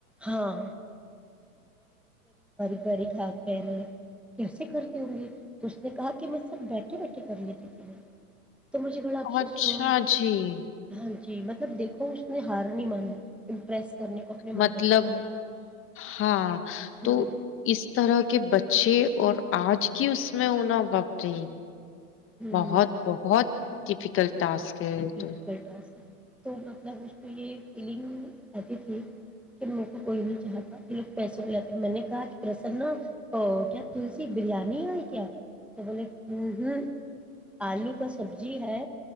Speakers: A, in the centre; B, on the left.
A: ہاں بری کا پیر کیسے کرتی ہوں گی تو اس نے کہا کہ میں سب بیٹھے بیٹھے کر لیتی تھی تو مجھے بڑا افسوس
B: اچھا
A: ہوا
B: جی
A: ہاں جی مطلب دیکھو اس نے ہار نہیں مانا امپریس کرنے کو اپنے ماں
B: مطلب
A: باپ سے بنانے کے
B: ہاں
A: لیے
B: تو
A: ہوں
B: اس طرح کے بچ اچھ اور آج کی اس میں ہونا بپ رہی
A: ہوں
B: بہت بہت ڈفکلٹ ٹاسک ہے یہ
A: ج
B: تو
A: فکلٹس تو مطلب اسج کو یہ فیلنگ آتی تھی کہ م کو کوئی نہیں چاہتا یہ لوگ پیسے کو لاتے میں نے کہاج پرسنا کیا تلسی بریانی ہےئے کیا سبول ہ ہوں آلو کا سبزی ہے